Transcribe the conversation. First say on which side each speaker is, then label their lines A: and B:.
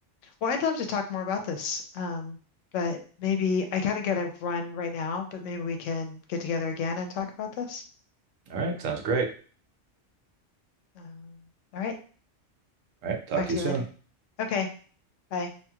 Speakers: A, on the left; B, on the right.
A: Well, I'd love to talk more about this, um, but maybe I kind of got to run right now, but maybe we can get together again and talk about this.
B: All right, sounds great.
A: Um, all right.
B: All right. Talk
A: Talk
B: to
A: to
B: you soon.
A: you later. Okay. Bye.